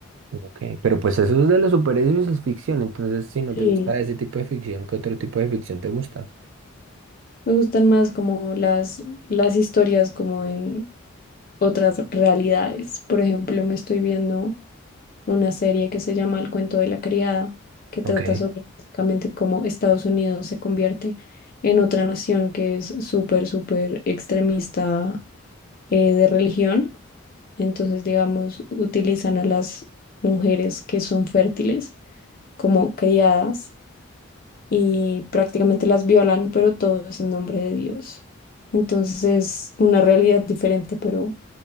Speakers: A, on the right; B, on the left.
A: Ok, pero pues eso es de los superhéroes, es ficción. Entonces, si no
B: Sí.
A: te gusta ese tipo de ficción, ¿qué otro tipo de ficción te gusta?
B: Me gustan más como las, las historias como de otras realidades. Por ejemplo, me estoy viendo una serie que se llama El cuento de la criada, que trata
A: Ok,
B: sobre básicamente cómo Estados Unidos se convierte en otra nación que es súper, súper extremista eh, de religión. Entonces, digamos, utilizan a las mujeres que son fértiles como criadas y prácticamente las violan, pero todo es en nombre de Dios. Entonces es una realidad diferente, pero,